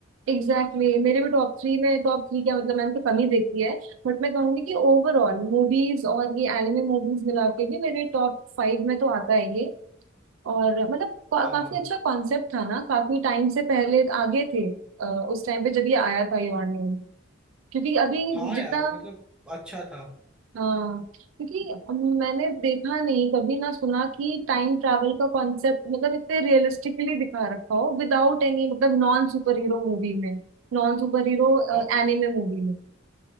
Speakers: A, on the right (about 75°); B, in the centre.
A: Exactly exactly. मेरे भी टॉप थ्री में टॉप थ्री क्या मतलब मैंने तो कम ही देखी है बट मैं कहूंगी कि ओवरऑल मूवीज और ये एनिमे मूवीज मिला के भी मेरे टॉप फाइव में तो आता है ये और मतलब का,
B: आ,
A: काफी अच्छा कॉन्सेप्ट था ना काफी टाइम से पहले आगे थे अ, उस टाइम पे जब ये आया था ये ऑनलाइन क्योंकि अभी
B: हाँ
A: जितना
B: यार मतलब अच्छा था
A: हाँ क्योंकि मैंने देखा नहीं कभी ना सुना कि टाइम ट्रैवल का कॉन्सेप्ट मतलब इतने रियलिस्टिकली दिखा रखा हो विदाउट एनी मतलब नॉन सुपर हीरो मूवी में Non super hero
B: हाँ,
A: anime movie में